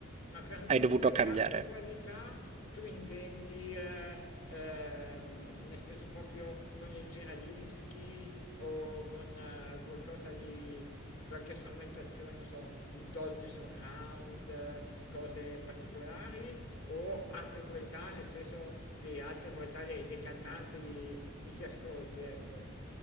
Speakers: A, on the left (about 70°); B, on the right (about 30°).
A: ma per musica
B: hai dovuto
A: di
B: cambiare.
A: alta qualità tu intendi, eh, ehm, nel senso proprio con il giradischi o con eh, qualcosa di, qualche strumentazione, non so, il Dolby Surround, eh, cose particolari o alta qualità nel senso di alta qualità dei, dei cantanti, di, di chi ascolti, ecco.